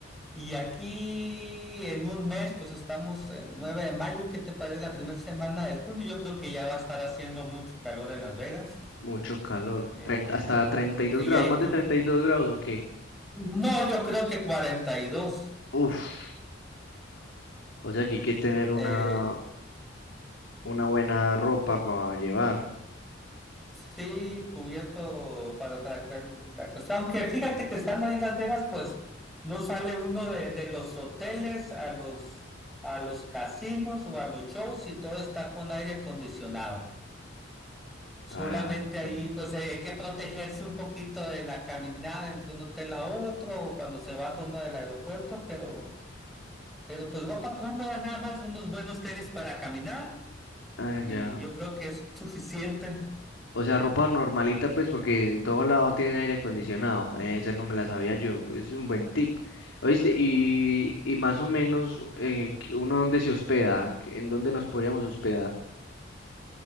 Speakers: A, in the centre; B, on the left.
A: y aquí en un mes, pues estamos en 9 de mayo, ¿qué te parece la primera semana de junio? Yo creo que ya va a estar haciendo mucho calor en Las Vegas,
B: Mucho calor.
A: eh,
B: treinta hasta 32
A: y
B: grados,
A: ahí,
B: más de 32 grados, ¿o qué?
A: no, yo creo que 42.
B: Uf, o sea que hay que tener una,
A: eh,
B: una buena ropa para llevar.
A: Sí, cubierto para, para cual- la cuestión. Aunque fíjate que estando ahí en Las Vegas, pues no sale uno de, de los hoteles a los, a los casinos o a los shows y todo está con aire acondicionado. Solamente
B: Ah,
A: ahí,
B: sí.
A: pues hay que protegerse un poquito de la caminada entre un hotel a otro o cuando se baja uno del aeropuerto, pero, pero pues ropa cómoda, nada más, unos buenos tenis para caminar
B: Ah,
A: y
B: ya.
A: yo creo que es suficiente.
B: O sea, ropa normalita, pues, porque en todo lado tienen aire acondicionado. Eh, Esa no me la sabía yo. Es un buen tip. ¿Oíste? Y, y más o menos, eh, que ¿uno dónde se hospeda? ¿En qué- en dónde nos podríamos hospedar?